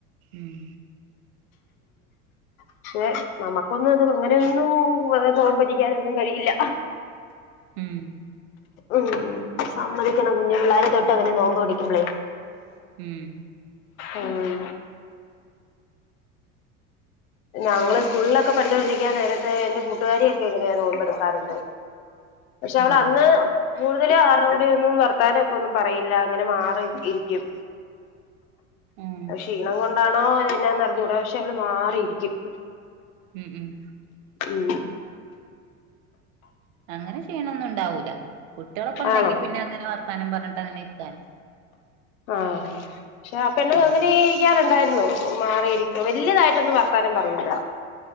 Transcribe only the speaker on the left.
പക്ഷേ നമുക്കൊന്നും അത് അങ്ങനെയൊന്നും വ നോമ്പ് ഇരിക്കാനൊന്നും കഴിയില്ല.
ഉം സമ്മതിക്കണം കുഞ്ഞു പിള്ളേരെ തൊട്ട് അങ്ങനെ നോമ്പ് പിടിക്കുമ്പളേ
ആഹ് ഞങ്ങള് സ്കൂളിലൊക്കെ പഠിച്ചോണ്ടിരിക്ക നേരത്ത് എന്റെ കൂട്ടുകാരിയൊക്കെ ഇങ്ങനെ നോമ്പെടുക്കാറുണ്ട്. പക്ഷെ അവളന്ന്
കൂടുതല് ആരുടെ കൂടെയൊന്നും വർത്താനൊക്കൊന്നും പറയില്ല അങ്ങനെ മാറി ഇരിക്കും.
ക്ഷീണം കൊണ്ടാണോ എന്നാന്ന് അറിഞ്ഞൂടാ പക്ഷെ അവള് മാറിയിരിക്കും.
ഉം
ആണോ
ആഹ് പക്ഷെ ആ പെണ്ണ്
അങ്ങനെ ഇരിക്കാറ് ണ്ടായിരുന്നു മാറിയിരിക്കും. വല്യതായിട്ടൊന്നും വർത്താനം പറയൂല്ല.